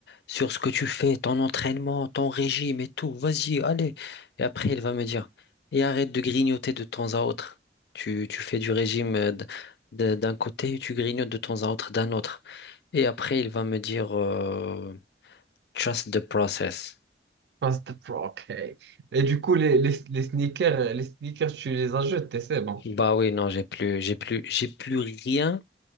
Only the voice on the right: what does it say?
Pass the pro, ok. Et du coup, les, les, les sneakers, les sneakers, tu les as jetés, c'est bon.